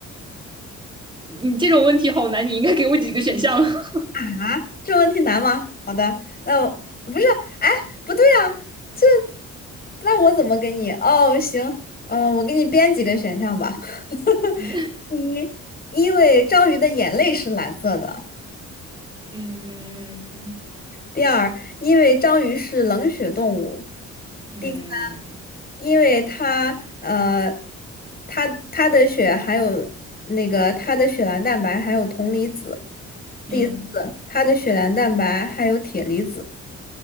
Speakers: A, on the right (about 15°); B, on the left (about 30°).
A: 你这种问题好难，你应该给我几个选项。<laughs>
B: 啊，这问题难吗？好的，那我不是，哎，不对啊，这那我怎么给你？哦，行，嗯、我给你编几个选项吧。<laughs>
A: 嗯
B: 第一，因为章鱼的眼泪是蓝色的；
A: 嗯嗯
B: 第二，因为章鱼是冷血动物；
A: 嗯
B: 第三，因为它呃，它它的血含有那个它的血蓝蛋白含有铜离子；
A: 嗯，
B: 第四，它的血蓝蛋白含有铁离子。